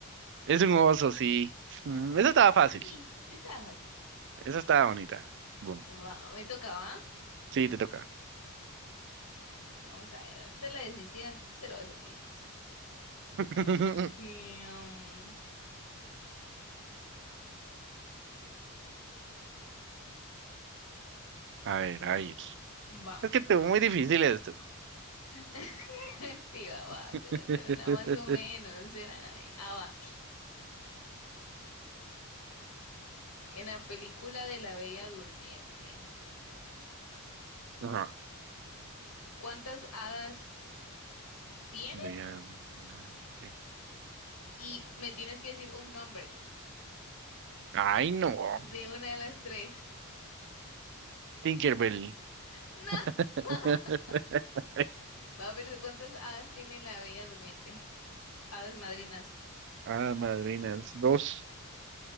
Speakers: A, on the right; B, on the left.
A: Es un oso, sí. Mm, Esa estaba fácil.
B: Sí, sí estaba fácil.
A: Esa estaba bonita. Bueno,
B: Va, me tocaba.
A: sí, te toca.
B: Vamos a ver. Usted la decisión, antes te lo va a hacer difícil.
A: <laughs>
B: Em,
A: A ver, a ver.
B: va.
A: Es que te muy difícil esto.
B: <laughs> Sí, va, va,
A: <laughs>
B: te voy a hacer una más o menos, espérame. Ah, va. En la película de la Bella Durmiente,
A: Ajá.
B: ¿cuántas hadas tiene?
A: Vean. eh,
B: Y me tienes que decir un nombre
A: Ay, no.
B: de una de las tres.
A: Tinkerbell.
B: No.
A: <laughs>
B: <laughs> Va, a ver ¿cuántas hadas tiene la Bella Durmiente? Hadas madrinas.
A: Ah, madrinas. Dos.